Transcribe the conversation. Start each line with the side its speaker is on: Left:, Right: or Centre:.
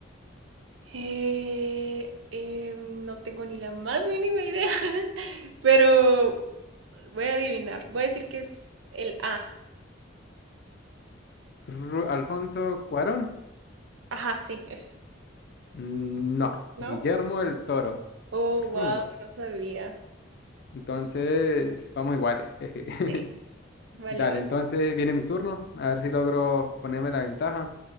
Right: Eh, eh, no tengo ni la más mínima idea, <laughs> pero voy a adivinar. Voy a decir que es el A.
Left: Tru- Alfonso Cuarón,
Right: Ajá, sí, ese,
Left: no,
Right: ¿no?
Left: Guillermo del Toro.
Right: Oh,
Left: Tru.
Right: wow, no sabía.
Left: Entonces,
Right: Sí,
Left: vamos iguales. <laughs> jeje.
Right: sí. vale,
Left: Dale,
Right: vale.
Left: entonces viene mi turno, a ver si logro ponerme la ventaja.